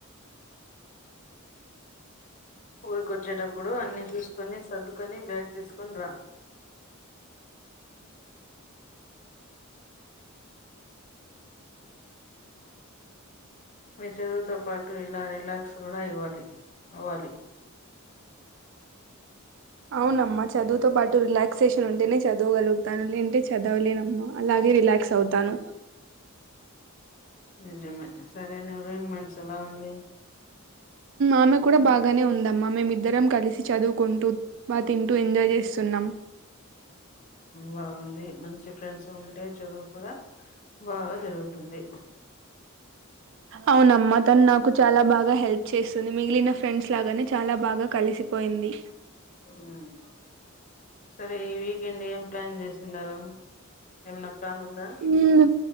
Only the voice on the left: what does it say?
ఊరికొచ్చేటప్పుడు అన్ని చూసుకొని సర్దుకొని బ్యాగ్ తీసుకొని రా మీ చదువుతో పాటు ఇలా రిలాక్స్ కూడా ఇవ్వాలి అవ్వాలి
నిజమే సరే నువ ర ఏం మనిష ఎలా ఉంది
బాగుంది మంచి ఫ్రెండ్స్ ఉంటే చదువు కూడా బాగా జరుగుతుంది
మ్మ్ సరే ఈ వీకెండ్ ఏం ప్లాన్ చేస్తంది ఎండా ఎమనక్కను ఉందా